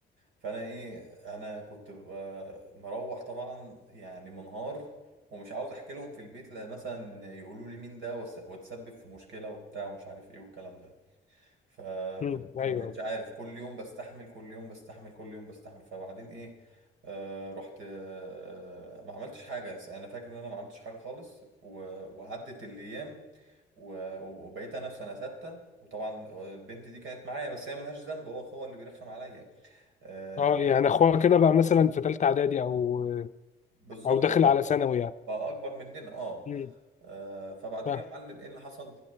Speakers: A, on the right; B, on the left.
A: فانا ايه انا كنت ببقى مروح طبعا يعني منهار ومش عاوز احكي لهم في البيت لا مثلا يقولوا لي مين ده وأس- واتسبب في مشكلة وبتاع ومش عارف ايه والكلام ده ف
B: مم.
A: فمبقتش
B: ايوه
A: عارف كل يوم بستحمل كل يوم بستحمل كل يوم بستحمل فبعدين ايه آه رحت آه ما عملتش حاجة انا فاكر ان انا ما عملتش حاجة خالص و... وعدت الايام و- وبقيت انا في سنه سته وطبعا آه، البنت دي كانت معايا بس هي ملهاش ذنب هو هو اللي بيرخم عليا آه
B: اه يعني اخوها كده بقى مثلا في ثالثه اعدادي او
A: بالظبط
B: او داخل
A: هو بقى
B: على ثانوي يعني
A: بقى اكبر مننا اه
B: <laughs> مم.
A: آه، فبعدين
B: فاهم
A: يا معلم ايه اللي حصل